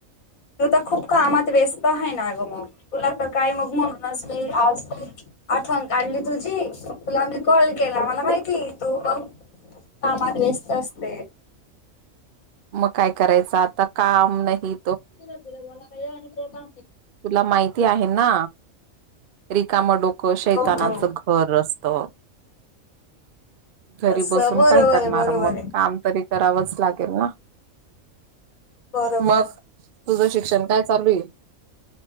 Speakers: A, on the left; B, on the right.
A: तू त खूप कामात व्यस्त हाहे ना ग म तुला त काय मग म्हणूनच मी आज आठवण काढली तुझी तुला मी कॉल केला मला माहिती तू कामात व्यस्त असते.
B: मग काय करायचं आता काम नही
A: तर बिरा मला <unintelligible> काय आणि तेबा
B: तुला माहिती आहे ना? रिकामडो क शैतानाचं
A: हो हो
B: घर असत. घरी
A: असं
B: बसून
A: बरोबर
B: काय करणार
A: आहे बरोबर
B: मग
A: आहे
B: काम तरी करावंच लागेल ना.
A: बरोबर
B: मग तुझं शिक्षण काय चालूये?